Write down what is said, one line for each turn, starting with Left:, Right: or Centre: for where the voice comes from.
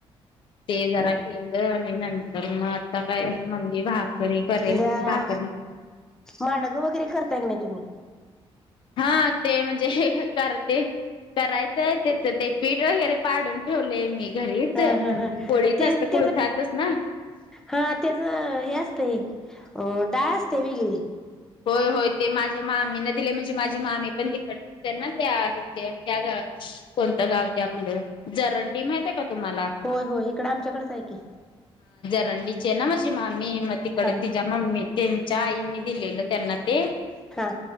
Left: ते जरा केलं आणि नंतर म आता काय मम्मी भाकरी करेल,
Centre: जरा
Left: भाक करी.
Centre: माडगं वगैरे करताय का नाही तुम्ही?
Left: हा ते म्हणजे हे करते, करायचंय त्याच ते पीठ वगैरे पाडून ठेवलय मी. घरीच
Centre: हा
Left: म्हणजे
Centre: हा हा
Left: कोळीत
Centre: ते
Left: असत कोळथातच
Centre: त्याच
Left: ना.
Centre: हा त्याच हे असतंय अ डाळ असते वेगळी.
Left: होय, होय ते माझ्या मामी न दिलय म्हणजे माझी मामी पण तिकडची हाय ना त्या त्या कोणत गाव ते आपलं जरंडी माहित आहे का? तुम्हाला?
Centre: होय होय इकडं आमच्याकडेच आहे की.
Left: रंडीचे हाय ना माझी मामी म तीकड
Centre: हा
Left: तिच्या म ममी त्यांच्या आईंनी दिलेलं. त्यांना ते,
Centre: हा